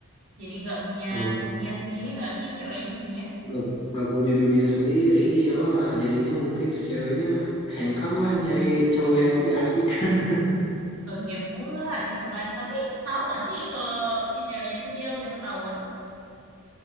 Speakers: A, on the right (about 75°); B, on the left (about 25°).
A: Jadi nggak punya
B: Emang
A: dunia sendiri nggak sih ceweknya jadinya?
B: Nggak, nggak punya dunia sendiri, iyalah. Jadinya mungkin si ceweknya hengkang lah nyari cowok yang lebih asik. <laughs>
A: Hmm. ke gap pula gitu kan tapi tahu nggak sih kalau si ceweknya tuh dia udah ketahuan